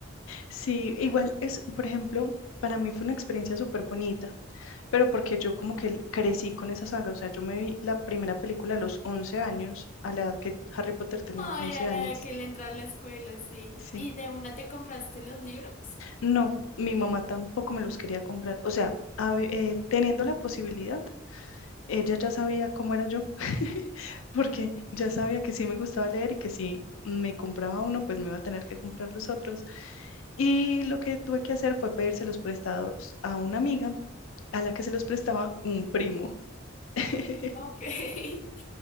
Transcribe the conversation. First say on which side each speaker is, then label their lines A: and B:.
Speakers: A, on the left (about 85°); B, on the left (about 35°).
A: Sí, igual es, por ejemplo, para mí fue una experiencia súper bonita, pero porque yo como que crecí con esa saga, o sea, yo me vi la primera película a los 11 años, a la edad que Harry Potter tenía
B: Ay,
A: 11
B: a
A: años.
B: la que le entra a la escuela, sí.
A: Sí,
B: ¿Y de una te compraste los libros?
A: no, mi mamá tampoco me los quería comprar, o sea, hab- eh, teniendo la posibilidad, ella ya sabía cómo era yo, <laughs> porque ya sabía que sí me gustaba leer y que si me compraba uno, pues me iba a tener que comprar los otros. Y lo que tuve que hacer fue pedírselos prestados a una amiga a la que se los prestaba un primo. <laughs>
B: Ok. <laughs>